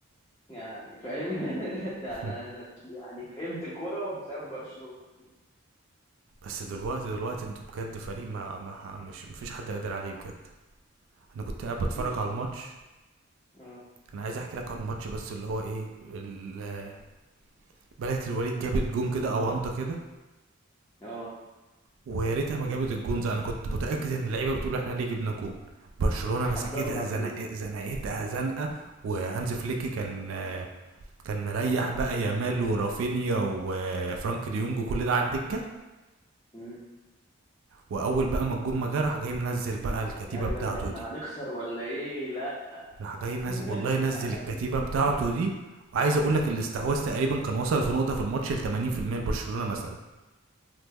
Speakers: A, on the left; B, on the right.
A: يعني فاهم <laughs> انا
B: <laughs>
A: انا أنا يعني فهمت كوره بسبب برشلونه <laughs>
B: بس دلوقتي دلوقتي انتوا بجد فريق ما, ما مش مفيش حد قادر عليه بجد انا كنت قاعد بتفرج
A: بص
B: على الماتش
A: اه
B: انا عايز احكي لك عن ماتش بس اللي هو ايه ال- بلدة الوليد جابت
A: اه
B: جون كده اونطه كده
A: اه
B: ويا ريتها ما جابت الجون ده انا كنت متاكد ان اللعيبه بتقول احنا ليه جبنا جون برشلونه
A: حضروا
B: مسكتها
A: العفريت
B: زنق زنقتها زنقه وهانز فليك كان كان مريح بقى يامال ورافينيا وفرانك ديونج وكل ده على الدكه
A: مم.
B: واول بقى ما الجون ما جه راح جاي منزل بقى الكتيبه
A: قال
B: بتاعته
A: لك احنا
B: دي
A: هنخسر ولا ايه لا
B: راح جاي منزل
A: <laughs>
B: والله نزل
A: تعالوا
B: الكتيبه بتاعته
A: <laughs>
B: دي وعايز اقول لك الاستحواذ تقريبا كان وصل في نقطه في الماتش ل 80% لبرشلونه مثلا